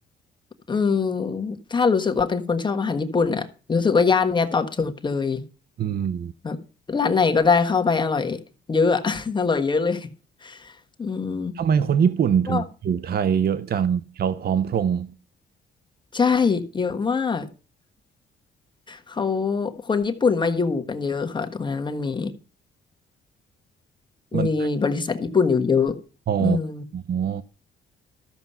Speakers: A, on the left (about 25°); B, on the right (about 50°).
A: อืมถ้ารู้สึกว่าเป็นคนชอบอาหารญี่ปุ่นอะรู้สึกว่าย่านเนี้ยตอบโจทย์เลย
B: อืม
A: แบบร้านไหนก็ได้เข้าไปอร่อยเยอะอะ <laughs> อร่อยเยอะเลยอืม
B: ทำไมคนญี่ปุ่นถึงอยู่ไทยเยอะจังแถวพร้อมพงษ์
A: ก็ใช่เยอะมากเขาคนญี่ปุ่นมาอยู่กันเยอะค่ะตรงนั้นมันมี
B: มัน
A: มีบริษัทญี่ปุ่นอยู่เยอะ
B: อ๋อ
A: อืม
B: อ๋อ